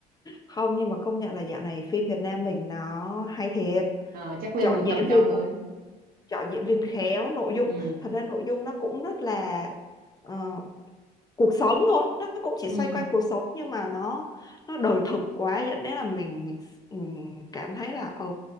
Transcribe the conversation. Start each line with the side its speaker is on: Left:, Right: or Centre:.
Left: không nhưng mà công nhận là dạo này phim Việt Nam mình nó hay thiệt
Right: ờ chắc lên
Left: chọn
Right: một
Left: diễn
Right: tầm cao
Left: viên
Right: mới
Left: cũng chọn diễn viên khéo nội dung
Right: ừ
Left: thật ra nội dung nó cũng rất là ờ, cuộc sống thôi nó cũng chỉ
Right: ừ
Left: xoay quanh cuộc sống nhưng mà nó nó đời thực quá dẫn đến là mình mình mình cảm thấy là ừ